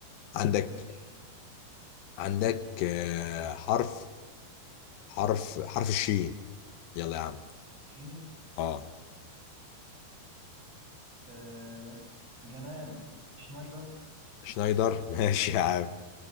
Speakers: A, on the left (about 85°); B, on the right (about 35°).
A: عندك
B: ماشي
A: عندك آه حرف حرف حرف الشين يلا يا عم
B: شين
A: اه
B: آه جماد شنايدر
A: شنايدر <laughs> ماشي يا عم